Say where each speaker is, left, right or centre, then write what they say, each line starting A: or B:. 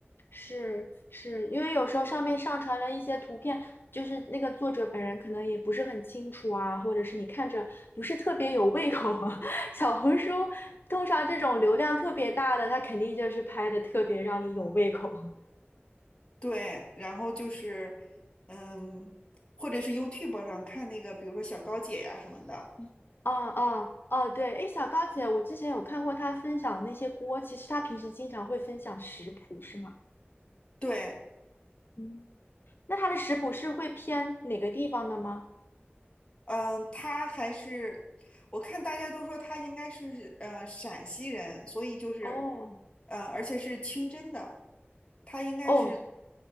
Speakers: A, on the left (about 60°); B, on the left (about 25°).
A: 是是，因为有时候上面上传了一些图片，就是那个作者本人可能也不是很清楚啊，或者是你看着不是特别有胃口啊。<laughs> 小红书通常这种流量特别大的，它肯定就是拍的特别让你有胃口。
B: 对，然后就是，嗯，或者是 YouTube 上看那个，比如说小高姐呀什么的。
A: 哦哦哦，对，哎，小高姐，我之前有看过她分享的那些锅，其实她平时经常会分享食谱，是吗？
B: 对，
A: 嗯，那她的食谱是会偏哪个地方的吗？
B: 嗯，他还是我看大家都说他应该是呃陕西人，所以就是
A: 哦
B: 呃，而且是清真的，他应该是
A: 哦